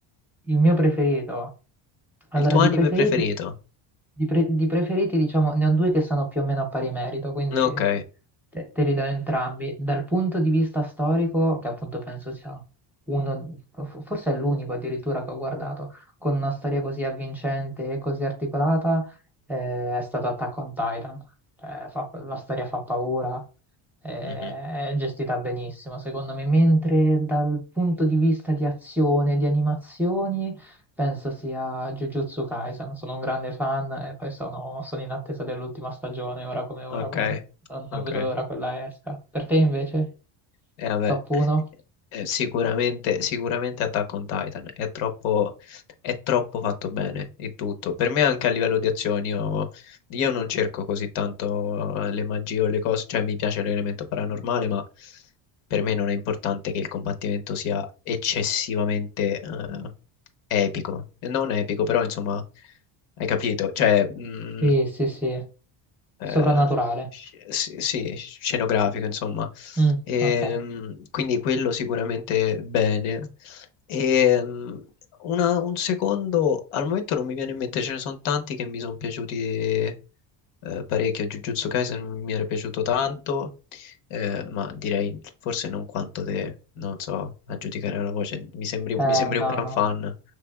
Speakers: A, in the centre; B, on the left.
A: il mio preferito, allora,
B: Il tuo
A: di
B: anime
A: preferiti,
B: preferito.
A: di pre- di preferiti, diciamo, ne ho due che sono più o meno a pari merito, quindi
B: Ok.
A: te, te li do entrambi. Dal punto di vista storico, che appunto penso sia uno, fo- forse è l'unico addirittura che ho guardato, con una storia così avvincente e così articolata, eh, è stato Attack on Titan. Cioè, fa- la storia fa paura, eh,
B: Mhm.
A: è gestita benissimo, secondo me. Mentre dal punto di vista di azione, di animazioni... Penso sia Jujutsu Kaisen, sono un grande fan e poi sono, sono in attesa dell'ultima stagione, ora come ora,
B: Ok.
A: quindi non, non
B: Ok.
A: vedo l'ora quella esca. Per te invece?
B: Eh, vabbè,
A: Top 1?
B: eh, sicuramente, sicuramente Attack on Titan è troppo, è troppo fatto bene il tutto. Per me anche a livello di azioni, io, io non cerco così tanto eh, le magie o le cose, cioè mi piace l'elemento paranormale, ma per me non è importante che il combattimento sia eccessivamente eh, epico. Non epico, però insomma, hai capito? Cioè, mm,
A: Sì, sì, sì,
B: eh,
A: soprannaturale.
B: sci- sì, sì, scenografico, insomma.
A: Mm,
B: Ehm,
A: ok. Eh,
B: quindi quello sicuramente bene. Ehm, una- un secondo, al momento non mi viene in mente, ce ne sono tanti che mi sono piaciuti eh, parecchio. Jujutsu Kaisen mi era piaciuto tanto, eh, ma direi forse non quanto te, non so, a giudicare la voce. Mi sembri,
A: no,
B: mi sembri un gran
A: no.
B: fan.